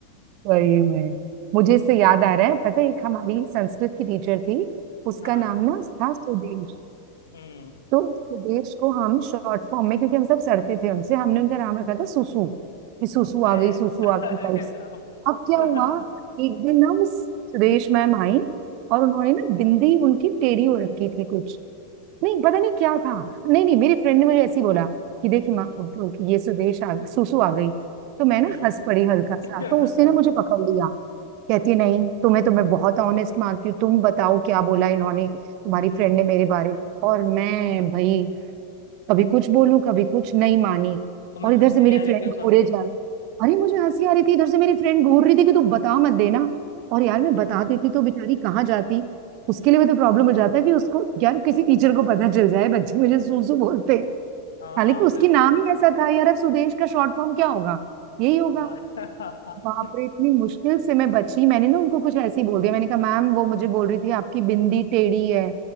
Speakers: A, on the right; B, on the left.
A: वही में मुझे इससे याद आ रहा है पता है एक हमारी संस्कृत की टीचर थी उसका
B: हाँ
A: नाम ना था सुदेश
B: हम्म
A: तो सुदेश को हम शॉर्ट फॉर्म में क्योंकि हम सब सड़ते थे उनसे हमने उनका नाम रखा था सुसु कि सुसु
B: अरे
A: आ गई सुसु
B: अरे
A: आ गई टाइप्स
B: राम
A: अब क्या
B: <laughs>
A: हुआ एक दिन ना उस सुदेश मैम आई और उन्होंने ना बिंदी उनकी टेढ़ी हो रखी थी कुछ नहीं पता नहीं क्या था नहीं नहीं मेरी फ्रेंड ने मुझे ऐसे ही बोला कि देखी
B: हम्म
A: माँ ये सुदेश आ सुसु आ गई तो मैं ना
B: हम्म
A: हंस पड़ी हल्का सा
B: <laughs>
A: तो उसने ना मुझे पकड़ लिया कहती है, नहीं तुम्हें तो मैं बहुत ऑनेस्ट मानती हूँ तुम बताओ क्या बोला इन्होंने तुम्हारी
B: हम्म
A: फ्रेंड ने मेरे बारे में और मैं भाई कभी कुछ बोलूं कभी कुछ नहीं मानी
B: तुम्हें
A: और इधर
B: हंसी
A: से मेरी
B: नहीं आ रही
A: फ्रेंड
B: थी उस
A: घूरे
B: वक्त
A: जा अरे मुझे हंसी आ रही थी इधर से मेरी फ्रेंड घूर रही थी कि तू बता मत देना और यार मैं
B: वाह,
A: बता देती तो बेचारी कहाँ जाती उसके लिए भी तो प्रॉब्लम हो जाता कि उसको यार किसी टीचर को पता चल जाए बच्चे मुझे सूसू बोलते हैं
B: हाँ
A: हालांकि उसकी
B: बिल्कुल
A: नाम ही ऐसा था यार अब सुदेश का शॉर्ट फॉर्म क्या होगा यही होगा।
B: हाँ
A: बाप
B: <laughs>
A: रे इतनी मुश्किल से मैं बची मैंने ना उनको कुछ ऐसे ही बोल दिया मैंने कहा मैम वो मुझे बोल रही थी आपकी बिंदी टेढ़ी है